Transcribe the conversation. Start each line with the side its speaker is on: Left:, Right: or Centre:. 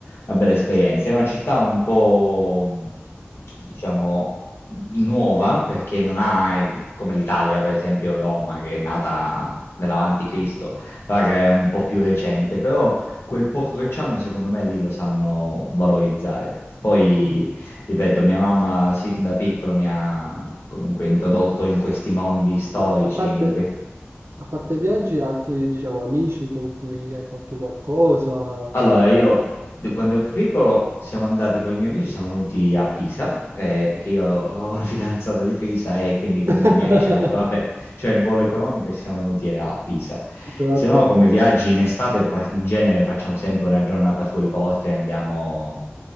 Left: una bella esperienza. È una città un po', diciamo, nuova perché non ha, eh, come l'Italia, per esempio Roma, che è nata nell'avanti Cristo,
Right: mm,
Left: Praga è un po' più recente, però quel poco che c'hanno, secondo me, lì lo sanno valorizzare. Poi,
Right: mm.
Left: ripeto, mia mamma sin da piccolo mi ha comunque introdotto in questi
Right: Ma,
Left: mondi storici,
Right: ma a parte,
Left: in que-
Right: a parte viaggi, altri, diciamo, amici con cui hai fatto qualcosa?
Left: allora, io d- quando ero più piccolo siamo andati con i miei amici, siamo venuti a Pisa, eh, perché io avevo una fidanzata di Pisa e quindi con
Right: <laughs>
Left: i miei amici ho detto, vabbè, c'è il volo economico e siamo venuti a Pisa.
Right: Hai fatto...
Left: Se no, come viaggi in estate, pa- in genere facciamo sempre una giornata fuori porta e andiamo